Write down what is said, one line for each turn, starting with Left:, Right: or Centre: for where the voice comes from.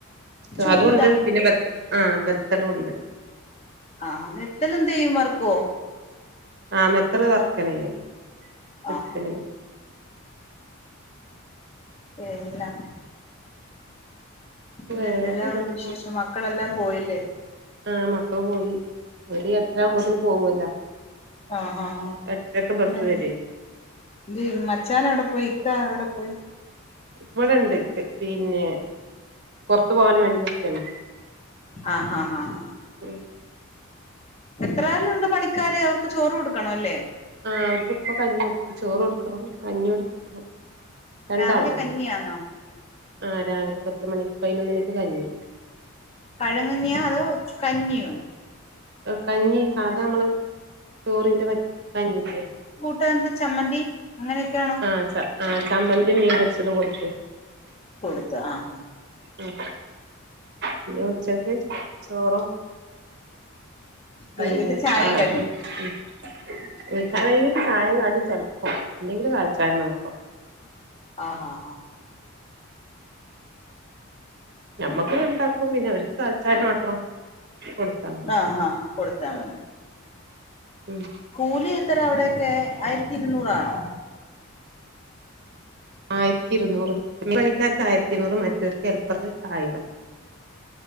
Right: തു
Left: ചൂത
Right: അതൂണ്ട് പിന്നെ ബ ബത്തലും ഉണ്ട്.
Left: ആഹ് നെത്തല് എന്ത് ചെയ്യും വറക്കോ?
Right: ആഹ്‌ മെത്തല് വർക്കന്നാ ചെയ്യാ. പൊരിക്കന്നാ
Left: ആഹ്
Right: ചെയ്യ
Left: എഹ് എല്ലാം പിന്നെ
Right: വേറെ
Left: എന്തെല്ലാവിശേഷം?
Right: ഇങ്ങനെ പോണ്
Left: മക്കളെല്ലാം പോയല്ലേ
Right: ആഹ് മക്കള് പോയി ഓര് എട്ടര ആകുമ്പോത്തിന് പോവല്ലോ
Left: ആഹ് ആഹ് ആഹ്
Right: എട്ടരക്ക് ബസ്സ്
Left: നൽ
Right: വരെ
Left: ന്തേ മച്ചാൻ എവിടെ പോയി? ഇക്കാ എവിടെ പോയി?
Right: ഇവിടെണ്ട് പിന്നെ പുറത്തു പോകാൻ വേണ്ടി നിക്കാണ്
Left: ആഹ് ആഹ് ആഹ്.
Right: ഉം
Left: എത്രാളുണ്ട് പണിക്കാര് അവർക്ക് ചോറ് കൊടുക്കണം ല്ലേ?
Right: ആഹ് അവർക്ക് ഇപ്പൊ കഞ്ഞി കൊടുത്തു. ചോറ് കൊടുക്കണം കഞ്ഞി കൊടുത്തിപ്പോ. രണ്ടാളെ
Left: രാവിലെ
Right: ഉള്ളൂ
Left: കഞ്ഞിയാന്നോ
Right: ആഹ് രാവിലെ പത്ത് മണി പതിനൊന്ന് മണിക്ക് കഞ്ഞി.
Left: പഴങ്കഞ്ഞിയാ അതോ കഞ്ഞിയോ?
Right: കഞ്ഞി സാദാ നമ്മള് ചോറിന്റെ വ കഞ്ഞില്ലെ
Left: പുട്ടിനെന്താ ചമ്മന്തി അങ്ങനെയൊക്കെയാണൊ?
Right: ആഹ് ച ആഹ് ചമ്മന്തിം മീൻ പൊരിച്ചതും കൊടുത്ത്.
Left: കൊടുത്തു ആഹ്
Right: ഉം പിന്നെ ഉച്ചക്ക് ചോറും പിന്നെ
Left: വൈകിട്ട് ചായയും
Right: ആ
Left: കടിയും
Right: തും ഉം ഓൽക്കാണെങ്കി ചായെം കടീം ചെൽപ്പം അല്ലെങ്കില് കാലി ചായ മാത്രം.
Left: ആഹ് ആഹ് ഹ
Right: ഞമ്മക്ക് ഉണ്ടാക്കും പിന്നെ അവർക്ക് കാലി ചായ മാത്രം. കൊടുത്താൽ മതി
Left: ആഹ് ആഹ് ഹ കൊടുത്താ മതി.
Right: ഉം
Left: കൂലി എത്രയാ അവിടെയൊക്കെ ആയിരത്തി ഇരുന്നൂറാണോ?
Right: ആയിരത്തി ഇരുന്നൂറ് മെയിൻ മണിക്കാർക്ക് ആയിരത്തി ഇരുന്നൂറ് മറ്റവർക്ക് ഹെൽപർക്ക് ആയിരം